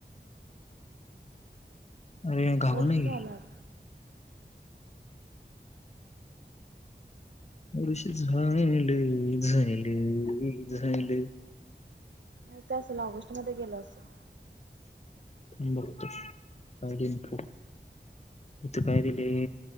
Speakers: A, on the left; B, on the right.
A: अरे घाबरू
B: वर्ष
A: नको
B: झालं
A: रष झाल झाल झाल
B: माहत असेल ऑगस्ट मध्ये गेल असेल
A: मुबत काप इथं काय दिले